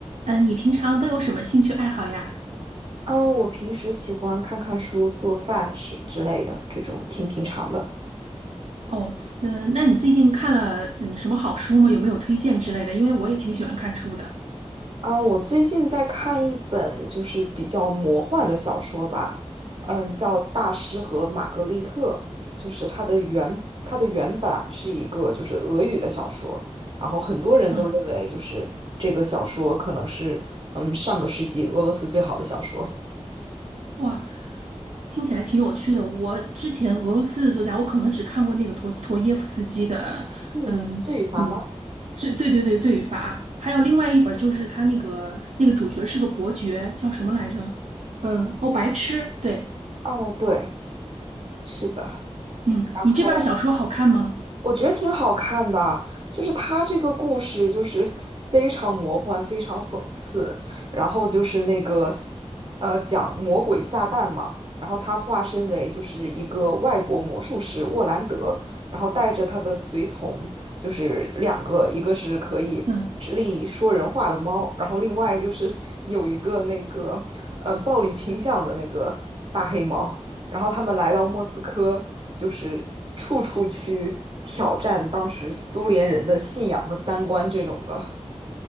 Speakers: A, on the right (about 80°); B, on the right (about 50°).
A: 嗯，呃你平常都有什么兴趣爱好呀？
B: 嗯，我平时喜欢看看书、做饭是之类的，这种挺平常的。
A: 哦，嗯，那你最近看了嗯什么好书吗？有没有推荐之类的？因为我也挺喜欢看书的。
B: 啊，我最近在看一本就是比较魔幻的小说吧，嗯，叫《大师和玛格丽特》，就是它的原它的原版是一个就是俄语的小说，然后很多人都认为就是这个小说可能是嗯上个世纪俄罗斯最好的小说。
A: 嗯，哇，听起来挺有趣的。我之前俄罗斯的作家，我可能只看过那个陀思妥耶夫斯基的，
B: 嗯，
A: 嗯嗯，
B: 罪与罚吗？
A: 罪对对对，《罪与罚》，还有另外一本就是他那个那个主角是个伯爵，叫什么来着？呃，哦，白痴。对，
B: 哦，对，是的。
A: 嗯，
B: 然后。
A: 你这本小说好看吗？
B: 我觉得挺好看的，就是他这个故事就是非常魔幻，非常讽刺，然后就是那个，呃，讲魔鬼撒旦嘛，然后他化身为就是一个外国魔术师沃兰德，然后带着他的随从，就是两个，一个是可以直立说人话的猫，
A: 嗯。
B: 然后另外就是有一个那个，嗯、暴力倾向的那个大黑猫。然后他们来到莫斯科，就是处处去挑战当时苏联人的信仰和三观这种的，